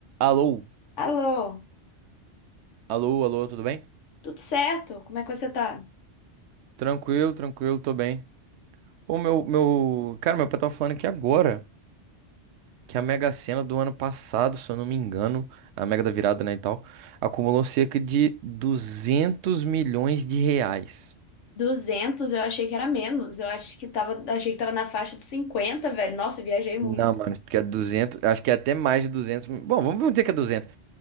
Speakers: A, on the right; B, on the left.
A: Alô,
B: Alô,
A: alô, alô, tudo bem?
B: tudo certo? Como é que você tá?
A: Tranquilo, tranquilo, tô bem. Ô, meu, meu. Cara, meu pai tava falando aqui agora que a Mega Sena do ano passado, se eu não me engano, a Mega da Virada, né, e tal, acumulou cerca de 200 milhões de reais.
B: duzentos eu achei que era menos. Eu acho que tava, achei que tava na faixa de cinquenta velho. Nossa, eu viajei
A: Não,
B: muito.
A: mano, porque é 200, acho que é até mais de 200. Bom, vamos vamos dizer que é 200.